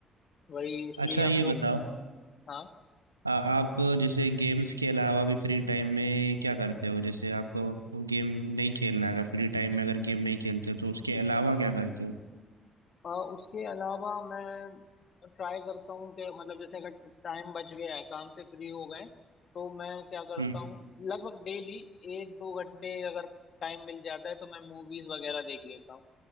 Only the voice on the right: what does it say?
अच्छा
ये
बताओ
आ, आप जैसे गेम्स के अलावा भी फ्री टाइम में क्या करते हो जैसे आपको गेम नहीं खेलना अगर फ्री टाइम में अगर गेम नहीं खेलते हो तो उसके अलावा क्या करते हो
हम्म